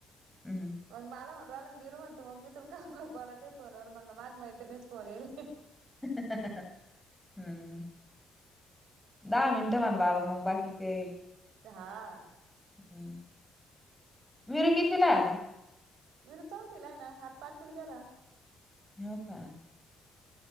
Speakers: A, in the centre; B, on the right.
A: हम्मं
B: मंग मलां म्हणवांला आणि बिरूं म्हंण तूं मम्मी तुलां कालं बोलायचंय फोनवरं म्हणलं माझी मैत्रिणीच फोन येईल
A: हं हं हं हम्मं दहा मिनिटं म्हंण बाबां मगं बाकी कायं
B: दहा
A: हम्मं वीरू कितवीलां आहे आंता
B: विरू चौथला आहे नां आंता हां पांच विलां गेलां
A: हो कां